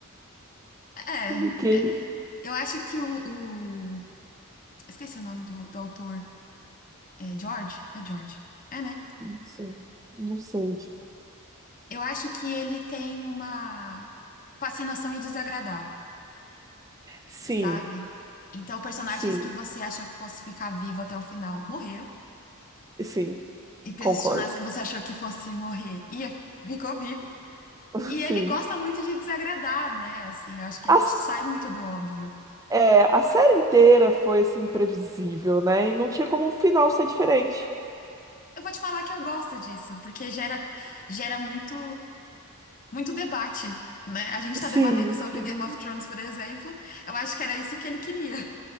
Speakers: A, on the left; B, on the right.
A: é.
B: E Que,
A: Eu acho que o, o... Esqueci o nome do, do autor. É George? É George. É, né?
B: não sei, não sei. Tipo,
A: Eu acho que ele tem uma fascinação em desagradar,
B: Sim,
A: sabe? Então, personagens
B: sim,
A: que você achou que fosse ficar vivo até o final morreram.
B: sim,
A: e personagens
B: concordo.
A: que você achou que fosse morrer e ficou vivo.
B: <laughs>
A: E
B: Sim.
A: ele gosta muito de desagradar, né? Assim, eu acho que ele
B: As-
A: te- sai muito do óbvio.
B: é, a série inteira foi assim imprevisível, né? E não tinha como o final ser diferente.
A: Eu vou te falar que eu gosto disso, porque gera, gera muito, muito debate, né? A gente tá
B: Sim,
A: debatendo sobre
B: sim.
A: Game of Thrones, por exemplo. Eu acho que era isso que ele queria.